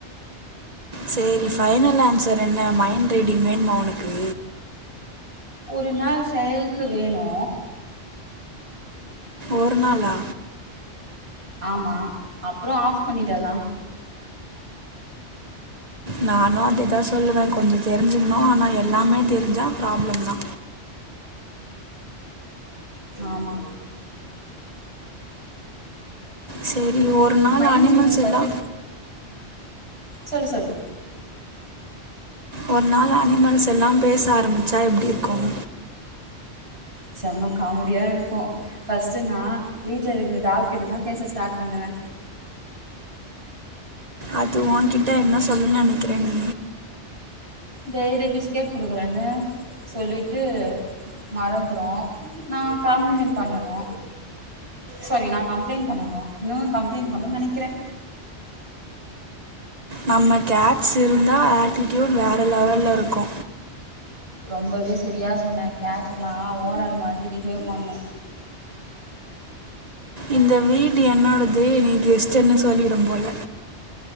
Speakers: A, on the right; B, on the right.
A: சேரி ஃபைனல் ஆன்சர் என்ன மைண்ட் ரீடிங் வேணுமா உனக்கு
B: ஒரு நாள் செயலுக்கு வேணு
A: ஒரு நாளா
B: ஆமா அப்றோ ஆஃப் பண்ணிடலா
A: நானு அதேதா சொல்லுவே கொஞ்ச தெரிஞ்சுக்ணு ஆனா எல்லாமே தெரிஞ்சா ப்ராப்ளம்தா
B: ஆமா
A: செரி ஒரு நாள்
B: மைண்ட்
A: அனிமல்ஸ்
B: ரீடிங் பத்தி
A: எல்லா
B: சொல்லு சொல்லு
A: ஒரு நாள் அனிமல்ஸ் எல்லாம் பேச ஆரம்மிச்சா எப்டி இருக்கும்
B: செம்ம காமெடியா இருக்கு ஃபஸ்ட்டு நா வீட்ல இருக்குற டாக்கு கிட்டதா பேச ஸ்டாட் பண்ணுவே
A: அது ஓங்கிட்ட என்ன சொல்லும்னு நெனக்கிற நீ
B: டெய்லி பிஸ்கேட் குடுக்குறனு சொல்லிட்டு மறந்துரு நா காம்ப்ளிமெண்ட் பண்ணனு சரி நா கம்ப்ளைண்ட் பண்ணனு இன்னு கம்ப்ளைண்ட் பண்னு நெனக்கிறே
A: நம்ம கேட்ஸ் இருந்தா ஆட்டிடூட் வேற லெவல்ல இருக்கு
B: ரொம்பவே சரியா சொன்ன கேட்டலா ஓனர் மாதிரி பிஹேவ் பண்ணு
A: இந்த வீடு என்னோடது நீ கெஸ்ட்டுன்னு சொல்லிடு போல